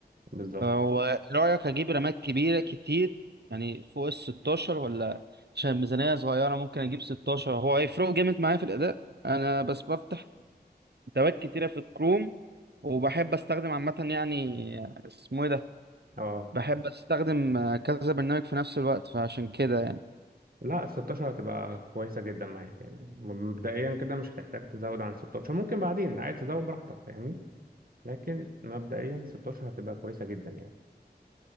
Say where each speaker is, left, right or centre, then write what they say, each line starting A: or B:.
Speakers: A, on the right (about 60°); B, on the right (about 75°).
A: بالظبط
B: هو رايك اجيب رمات كبيره كتير يعني فوق ال 16 ولا عشان الميزانيه صغيره ممكن اجيب 16 هو هيفرقوا جامد معايا في الاداء انا بس بفتح تبات كتيره في الكروم وبحب استخدم عامه يعني اسمه ايه ده
A: اه
B: بحب استخدم آه، كذا برنامج في نفس الوقت فعشان كده يعني
A: لا ال 16 هتبقى كويسه جدا معاك يعني مبدئيا كده مش هتحتاج تزود عن 16 ممكن بعدين عايز تزود براحتك فاهمني لكن مبدئيا 16 هتبقى كويسه جدا يعني